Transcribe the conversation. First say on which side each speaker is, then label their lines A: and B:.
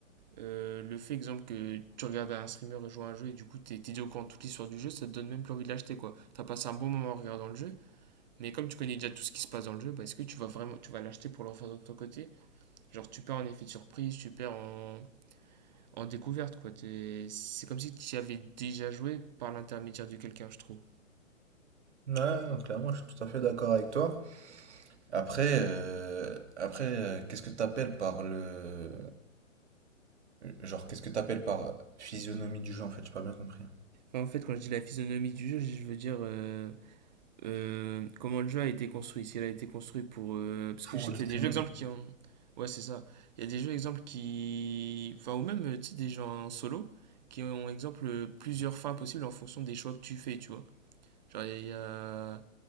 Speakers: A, on the right; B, on the right.
A: euh, le fait, exemple, que tu regardes un streamer jouer à un jeu et du coup, t'es t'es dit au courant de toute l'histoire du jeu, ça te donne même plus envie de l'acheter, quoi. T'as passé un bon moment en regardant le jeu. Mais comme tu connais déjà tout ce qui se passe dans le jeu, bah, est-ce que tu vas vraiment tu vas l'acheter pour l'enfant de ton côté Genre tu perds en effet de surprise, tu perds en, en découverte quoi. T'es- C'est comme si tu y avais déjà joué par l'intermédiaire de quelqu'un, je trouve.
B: Ouais, non, clairement, je suis tout à fait d'accord avec toi. Après, euh, après, euh, qu'est-ce que t'appelles par le genre, qu'est-ce que t'appelles par physionomie du jeu en fait, j'ai pas bien compris.
A: Enfin, en fait, quand je dis la physionomie du jeu, je veux dire euh, euh, comment le jeu a été construit. S'il a été construit pour. euh, Parce
B: Pour
A: que je sais
B: le
A: qu'il
B: streaming.
A: y a des jeux exemples qui ont ouais c'est ça il y a des jeux exemples qui enfin ou même euh, tu sais, des gens en solo qui ont exemple plusieurs fins possibles en fonction des choix que tu fais tu vois genre il y a- il y a,